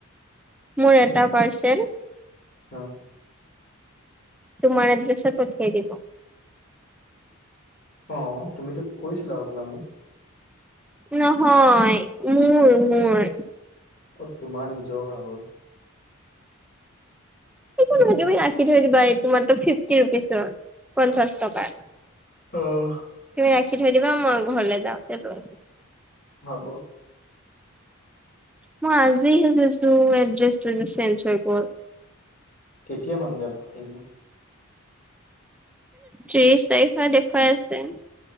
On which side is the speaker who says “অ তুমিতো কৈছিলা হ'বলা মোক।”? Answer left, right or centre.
Left